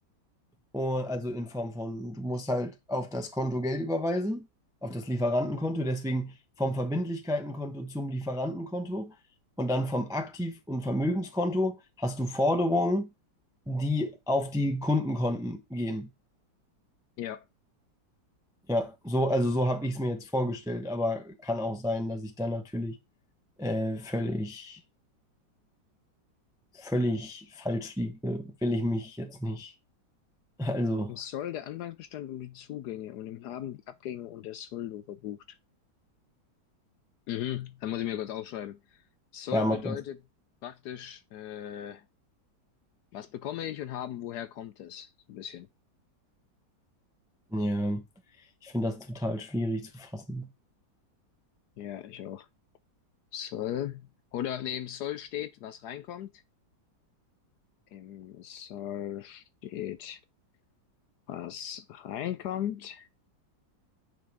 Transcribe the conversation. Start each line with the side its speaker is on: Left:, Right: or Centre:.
Centre: Und, also in Form von, du musst halt auf das Konto Geld überweisen, auf das Lieferantenkonto, deswegen vom Verbindlichkeitenkonto zum Lieferantenkonto und dann vom Aktiv- und Vermögenskonto hast du Forderungen, die auf die Kundenkonten gehen.
Left: ja.
Centre: Ja, so, also so habe ich es mir jetzt vorgestellt, aber kann auch sein, dass ich da natürlich äh, völlig, völlig falsch liege. Will ich mich jetzt nicht. Also,
Left: Im Soll der Anfangsbestand und die Zugänge und im Haben die Abgänge und der Soldo verbucht. Mhm, dann muss ich mir kurz aufschreiben. Soll
Centre: ja, mach
Left: bedeutet
Centre: das.
Left: praktisch, äh, was bekomme ich und haben, woher kommt es? So ein bisschen.
Centre: Ja, ich finde das total schwierig zu fassen.
Left: Ja, ich auch. Soll. Oder nee, Soll steht, was reinkommt. Im Soll steht, was reinkommt.